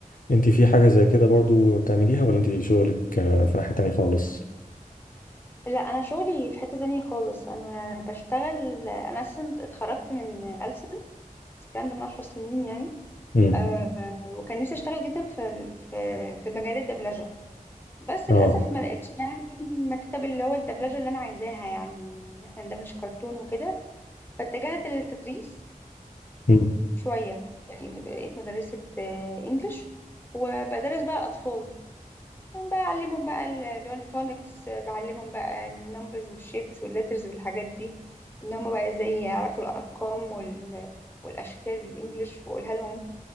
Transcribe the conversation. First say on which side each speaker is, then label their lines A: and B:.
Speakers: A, on the left; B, on the left.
A: انت في حاجه زي كده برضو بتعمليها ولا انت شغلك آه، في ناحيه تانيه خالص
B: لا انا شغلي في حتة تانية خالص انا بشتغل انا اصلا اتخرجت من ألسن بس الكلام ده من عشر سنين يعني
A: امم
B: أه وكان نفسي اشتغل جدا في ال- في في مجال الدبلجة بس
A: اه
B: للاسف ما لقيتش يعني المكتب اللي هو الدبلجة اللي انا عايزاها يعني ان احنا ندبلج كرتون وكده فاتجهت للتدريس
A: مم.
B: شوية يعني بقيت مدرسة آه، انجليش وبدرس بقى أطفال أنا بقى أعلمهم بقى الجولي فونكس بعلمهم بقى النمبرز والشيبس والليترز والحاجات دي إن هما بقى إزاي يعرفوا الأرقام وال... والأشكال بالإنجليش وأقولها لهم